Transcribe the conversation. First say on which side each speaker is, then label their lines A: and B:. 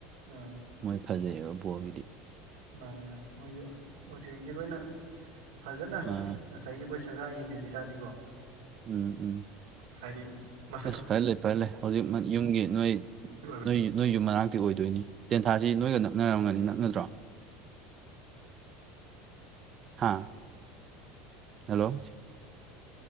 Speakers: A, on the right; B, on the right.
A: ꯑꯥ
B: ꯃꯣꯏ ꯐꯖꯩꯑꯕ ꯕꯣꯜꯒꯤꯗꯤ
A: ꯃꯥꯅꯦ ꯃꯥꯅꯦ ꯃꯣꯏꯖꯨ ꯍꯧꯖꯤꯛꯀꯤ ꯂꯣꯏꯅ ꯐꯖꯅ
B: ꯑꯥ
A: ꯉꯁꯥ ꯁꯥꯏꯒꯤ ꯑꯩꯈꯣꯏ ꯁꯔꯀꯥꯔ ꯌꯦꯡꯖꯟꯕꯤ ꯇꯥꯔꯗꯤꯀꯣ
B: ꯎꯝ ꯎꯝ
A: ꯍꯥꯏꯗꯤ ꯃꯁꯛ
B: ꯑꯦꯁ ꯐꯖ ꯂꯩ ꯇꯣꯏꯂꯦ ꯍꯧꯖꯤꯛ ꯌꯨꯝꯒꯤ ꯅꯣꯏ
A: ꯊꯣꯛꯄꯒꯤ ꯑꯣꯏꯕ
B: ꯅꯣꯏ ꯅꯣꯏ ꯌꯨꯝ ꯃꯅꯥꯛ ꯇꯤ ꯑꯣꯏꯗꯣꯏꯅꯤ ꯇꯦꯟꯊꯥꯁꯤ ꯅꯣꯏꯒ ꯅꯛꯅꯔꯝꯒꯅꯤ ꯅꯛꯅꯗ꯭ꯔꯣ ꯍꯥꯥ ꯍꯜꯂꯣ